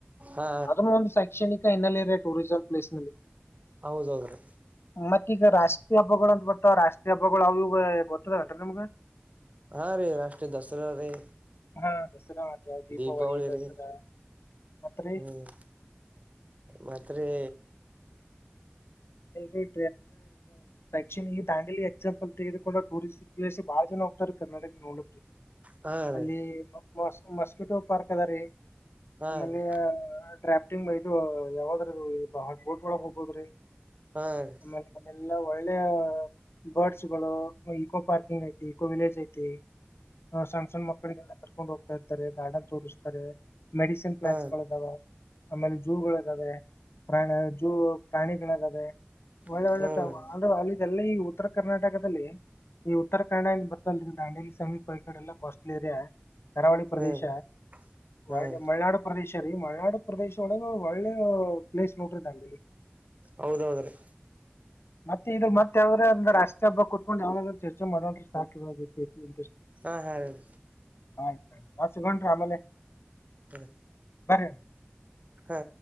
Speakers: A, on the right; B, on the left.
A: ಹಾ
B: ಅದುನ್ನು ಒಂದು ಸ್ಯೆಕ್ಷಣಿಕ ಹಿನ್ನೆಲೆ. ರೆ ಟೂರಿಝಲ್ ಪ್ಲೇಸ್ ನಲ್ಲಿ.
A: ಔದೌದ್ರೀ
B: ಮತ್ತ ಈಗ ರಾಷ್ಟ್ರೀಯ ಹಬ್ಬಗಳು ಅಂತ ಬರ್ತಾವ ರಾಷ್ಟ್ರೀ ಹಬ್ಬಗಳು ಅವಯಿವ ಗೊತ್ತದೇಲ್ರೀ ನಿಮ್ಗ.
A: ಹಾ ರೀ ರಾಷ್ಟ್ರೀ ದಸರಾ ರೀ.
B: ಹಾ ದಸರಾ. ಮತ್ತ ದೀಪಾವಳಿ
A: ದೀಪಾವಳಿರಿ
B: ದಸರಾ ಮತ್ರಿ
A: ಹ್ಮ್ ಮತ್ತ್ರಿ.
B: ಎನ್ಟ್ರಿ <unintelligible> ಫ್ಯಾಕ್ಚುನಿ ಈ ದಾಂಡಲಿ ಎಕ್ಸಾಂಪಲ್ ತೆಗೆದುಕೊಂಡ ಹೋಗ್. ಟೂರಿಸ್ ಪ್ಲೇಸು ಬಾಳ ಜನೋಹೊಗ್ತಾರೆಬ. ಕರ್ನಾಟಕ ನೋಡ ಅಪ್ಪಿ.
A: ಹಾ ರೀ
B: ಅಲ್ಲಿ ಪಂಪ್. ಮ್ಟಾಸ್ ಮಸ್ಕಿಟೋ ಪಾರ್ಕ್ ಅದಾ ರೀ.
A: ಹಾ
B: ಆಮೇಲೆಯಾ
A: ರೀ
B: ಟ್ರ್ಯಾಪ್. ತ್ತಿಂಮ ಇದು ಯಾವಾಗದ್ರು ಈ ಬಹ ಬೋಟ್ ಒಳಗ ಹೋಗ್ಬೋಹದ್ರಿ.
A: ಹಾ ರೀ
B: ಆಮೇಲೆ ಎಲ್ಲಾ ಒಳ್ಳೆಯ ಬಡ್ಸ್. ಪಶುಗಳೊ. ಇಕೋ ಪಾರ್ಕಿಂಗ್ ಐತಿ ಇಕೋ ವಿಲೆಜ್ ಐತಿ ಹಾ ಸಣ್ಣ ಸಣ್ಣ ಮಕ್ಕಳಿಗೆಲ್ಲಾ. ಕರ್ಕೊಂಡ್ ಹೋಗ್ತಾ ಇರ್ತಾರೆ ಗಾರ್ಡನ್ ತೋರುಸ್ತಾರೆ. ಮೆಡಿಸೆನ್ ಫ್ಲ್ಯಾಟ್ಸುಗಳುಅದಾವಾ.
A: ಹಾ
B: ಆಮೇಲೆ ಜೂಗಳು ಇದಾವೆ ಪ್ರಣ ಜೂ ಪ್ರಾಣಿಗಳ ಅದವೆ. ಲೇ. ಒಳ್ಳೆ
A: ಹ್ಮ್
B: ಒಳ್ಳೆ ಟೈಮ ಆಲು ಅಲ್ಲಿ ದಲ್ಲೈ ಉ. ಉತ್ತರ ಕರ್ನಾಟಕದಲ್ಲಿ ಈ ಉತ್ತರ ಕನ್ನಡಾ ಏನ್ ಬರ್ತಲ್ರಿ ದಾಂಡೇಲಿ ಸಮೀಪ ಈ ಕಡೆಲ್ಲ ಕೋಸ್ಟಲ್ ಏರಿಯಾ. ಕರಾವಳಿ ಪ್ರದೇಶ
A: ಹ್ಮ್ ಹ್ಮ್
B: ಒಳ್ಳೆ ಮಲೆನಾಡು ಪ್ರದೇಶ. ಟ್ಟರಿ ಮಳನಾಡು ಪ್ರದೇಶ ಒಳಗ ಒಳ್ಳೆವ ಪ್ಲೇಸ್ ನೋಡ್ರಿ ದಾಂಡೇಲ್ಲಿ.
A: ಹೌದೌದ್ರಿ
B: ಮತ್ತೆ ಇದು ಮತ್ತ ಯಾವ್ರ ಹಂಗರ ರಾಷ್ಟ್ರ ಹಬ್ಬಕ. ಕೊಟ್ಕೊಂಡ ಯಾವಾಗಾದ್ರು ಚರ್ಚೆ ಮಾಡನ್ ರಿ ಸಾಕು ಹೋಗೈತಿ <unintelligible>
A: ಅಹ ಹಾರೀದ
B: ಆಯ್ತ ಟೈಮ್ ಹಚ್ಚಗೊಂಡ್ರ ಆಮೇಲೆ.
A: ತ್ತದ.
B: ಬರ್ರೀ ಅನ್.
A: ಹಾ